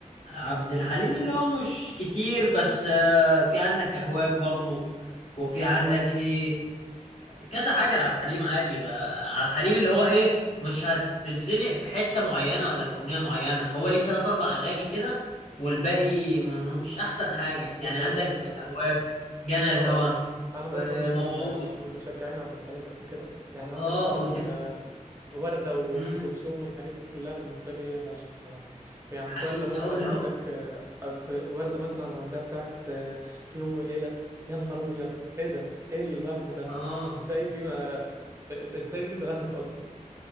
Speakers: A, on the left; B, on the right.
A: عبد الحليم اللي هو مش كتير بس آه، في عندك اهواك برضو وفي عندك
B: اه
A: ايه كذا حاجه لعبد الحليم عادي بقى عبد الحليم اللي هو ايه مش هتتزنق في حته معينه ولا في اغنيه معينه هو ليه تلات اربع اغاني كده والباقي م- م- مش احسن
B: د-
A: حاجه
B: دي
A: يعني
B: حقيقة
A: عندك
B: الصراحة
A: هواك جنى
B: اه
A: الهوى
B: انا انا
A: وموعود
B: برضو مش من مش من مشجعين عبد الحليم قد كده يعني عندك
A: اه
B: مثلا
A: وتف
B: آه، وردة وأم
A: امم
B: كلثوم والحاجات دي كلها بالنسبة لي هي العشق الصراحة يعني
A: حقيقي
B: في وردة مثلا
A: او اللي
B: عندك
A: هو
B: آه، آه، في وردة مثلا عندها بتاعت آه، في يوم وليلة يا نهار أبيض ايه ده ايه الوهم ده
A: اه
B: ازاي دي ما ازاي دي اتغنت اصلا